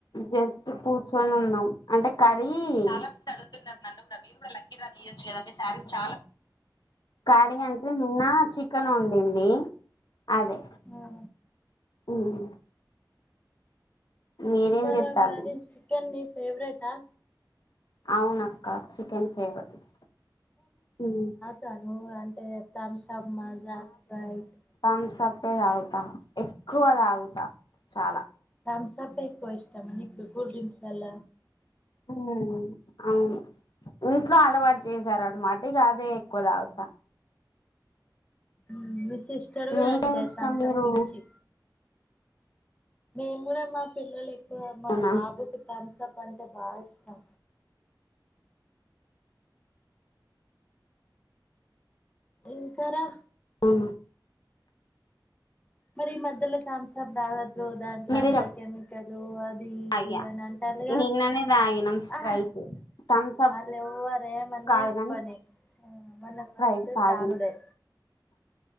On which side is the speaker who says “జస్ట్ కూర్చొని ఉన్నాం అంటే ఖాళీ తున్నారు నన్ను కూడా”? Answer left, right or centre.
Left